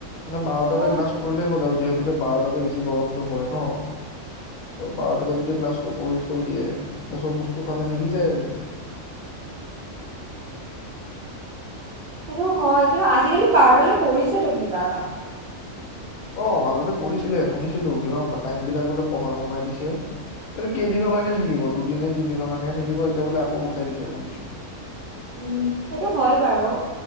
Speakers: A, on the left; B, on the right.
A: মানে বাৰটালৈ
B: কিন্তু
A: ক্লাছ কৰিলেই হ'ল আৰু যিহেতুকে বাৰটাতে বেছি গৰমতটো হয় ন? বাৰটাতে যদি ক্লাছটো কৰি থৈ দিয়ে তেতিয়া চব বস্তু ফালে মিলি যায় আৰু <inaudible>
B: সেইটো হয় কিন্তু আজিকালি বাৰটালৈ কৰিছেতো কিবা এটা।
A: অ মাজতে কৰিছিলে শুনিছিলো কিয় টাইম বিলাক বোলে কমাই কমাই দিছে। এইটো কেইদিনৰ কাৰণে থাকিব দুদিনে তিনদিনৰ কাৰণে সে থাকিব। এতিয়া বোলে আকৌ উঠাই দিছে শুনিছোঁ। <unintelligible>
B: উম সেইটো হয় বাৰু